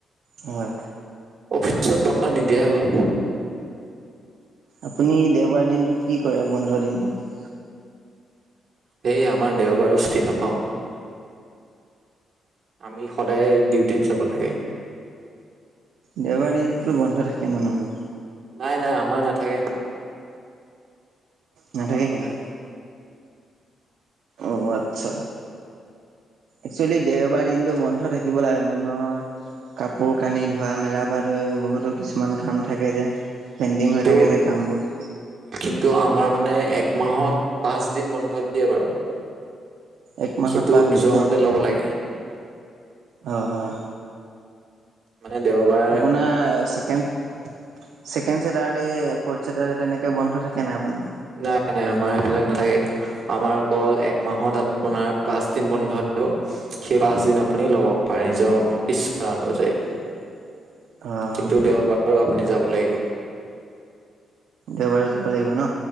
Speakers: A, on the right; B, on the right.
A: হয়।
B: অফিচত বন্ধ নিদিয়াই হ'ল।
A: আপুনি দেওবাৰ দিনটোত কি কৰে, বন্ধ দিনটোত?
B: সেই আমাৰ, দেওবাৰও চুটি নাপাওঁ। আমি, সদায় ডিউটিত যাব লাগে।
A: দেওৱাৰ দিনটোতো, বন্ধ থাকে মানুহৰ।
B: নাই, নাই, আমাৰ নাথাকে।
A: নাথাকে
B: আমাৰ সদায়
A: নেকি? অ, আচ্ছা, একচলি দেওবাৰ দিনটো বন্ধ থাকিব লাগে মানুহৰ। কাপোৰ কানি ধোৱা-মেলাৰ পৰা ধৰি বহুতো কিছুমান কাম থাকে যে। পেণ্ডিং
B: কিন্তু
A: হৈ থাকে যে, কামবোৰ।
B: কিন্তু আমাৰ মানে এক মাহত পাঁচ দিন বন্ধ দিয়ে বাৰু।
A: এক মাহত
B: সেইটো
A: পাঁচ
B: নিজৰ
A: দিন ন
B: মতে ল'ব লাগে।
A: হয়, হয়।
B: মানে, দেওবাৰ।
A: আপোনাৰ চেকেণ্, চেকেণ্ড চেতাৰডে, ফৰ্ত চেতাৰদে তেনেকে বন্ধ থাকে নাই আপোনাৰ
B: নাই, নাই আমাৰ সেইবিলাক নাথাকে। আমাৰ অলক এক মাহত আপোনাৰ, পাঁচ দিন বন্ধ দিব। সেই পাচদিন আপুনি ল'ব পাৰে, নিজৰ ইচ্ছা অনুযায়ী।
A: <unintelligible> হয়
B: কিন্তু দেওবাৰো, আপুনি যাব লাগিব।
A: দেওবাৰে যাব লাগিব ন?